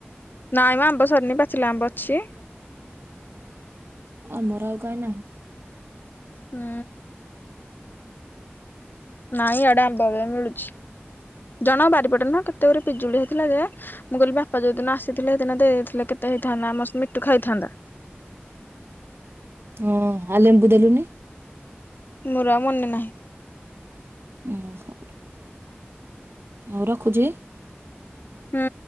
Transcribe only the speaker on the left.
ନାଇଁ ମ ଆମ୍ବ ସରିନି ପାଚିଲା ଆମ୍ବ ଅଛି।
ହୁଁ। ନାଇଁ ଇଆଡେ ଆମ୍ବ ଏବେ ମିଳୁଛି। ଜଣକ ବାରିପଟେ ନୁହଁ କେତେ ଗୁରେ ପିଜୁଳି ହେଇଥିଲା ଯେ ମୁଁ କହିଲି ବାପା ଯୋଉଦିନ ଆସିଥିଲେ ସେଦିନ ଦେଇଥିଲେ କେ ହେଇଥାନ୍ତା ଆମର ସେ ମିଟୁ ଖାଇଥାନ୍ତା।
ମୋର ଆଉ ମନେ ନାହିଁ।
ହୁଁ।